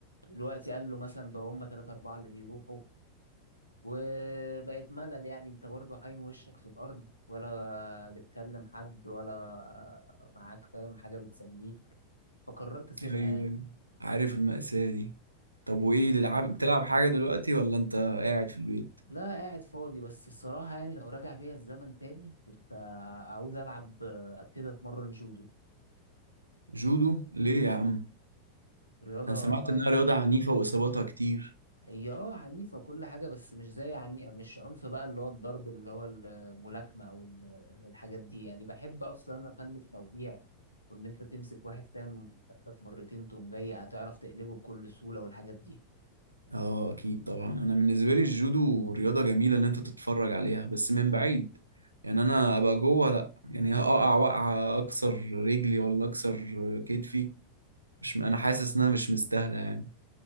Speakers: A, on the left; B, on the right.
A: دلوقتي قال له مثلا بقى هم تلاتة أربعة اللي بيروحوا وبقت ملل يعني انت برضو حايم وشك في الأرض ولا بتكلم حد ولا معاك فاهم حاجة بتسليك فقررت أسيبها
B: ايوه
A: يعني
B: ايوه عارف المأساة دي طب وايه العاب بتلعب حاجة دلوقتي ولا انت قاعد في البيت
A: لا قاعد فاضي بس الصراحة يعني لو راجع بيا الزمن تاني كنت عاوز ألعب أبتدي أتمرن جودو
B: جودو ليه يا عم
A: رياضة
B: انا سمعت انها رياضة عنيفة واصاباتها كتير
A: هي اه عنيفة وكل حاجة بس مش زي عني مش عنف بقى اللي هو الضرب اللي هو الملاكمة أو ال- الحاجات دي يعني بحب أصلا أنا فن التوقيع وإن أنت تمسك واحد فاهم قدك مرتين تقوم جاي هتعرف تقلبه بكل سهولة والحاجات دي
B: اه اكيد طبعا انا بالنسبه لي الجودو رياضه جميله ان انت تتفرج عليها بس من بعيد يعني انا ابقى جوه لا يعني هقع وقعه اكسر رجلي ولا اكسر كتفي مش انا حاسس انها مش مستاهله يعني